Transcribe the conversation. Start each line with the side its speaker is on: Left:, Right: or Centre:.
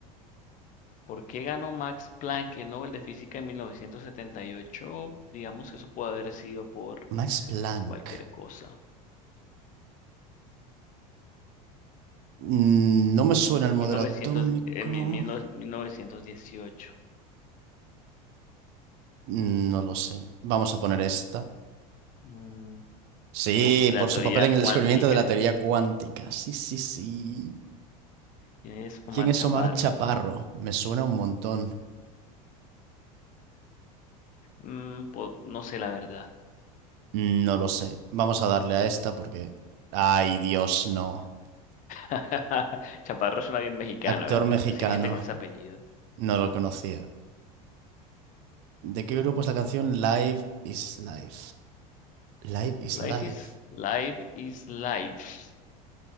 Left: ¿Por qué ganó Max Planck el Nobel de Física en 1978? Digamos que eso puede haber sido por
Right: Max Planck.
Left: cualquier cosa.
Right: Mm, No me suena el modelo
Left: 1900,
Right: atómico.
Left: eh, mi- mil no- 1918.
Right: Mm, No lo sé. Vamos a poner esta.
Left: Mm,
Right: Sí,
Left: uf, la
Right: por
Left: teoría
Right: su papel en
Left: cuántica.
Right: el descubrimiento de la teoría cuántica. Sí, sí, sí.
Left: ¿Quién es Omar
Right: ¿Quién es
Left: Chaparro?
Right: Omar Chaparro? Me suena un montón.
Left: Mm, po- no sé la verdad.
Right: Mm, No lo sé. Vamos a darle a esta porque... Ay, Dios, no.
Left: <laughs> Chaparro suena bien mexicano,
Right: Actor
Left: ¿eh? Aunque
Right: mexicano.
Left: pues sí hay gente con ese apellido.
Right: No lo conocía. ¿De qué grupo es la canción Live is Life? Live is
Left: Life
Right: Life.
Left: is life is life.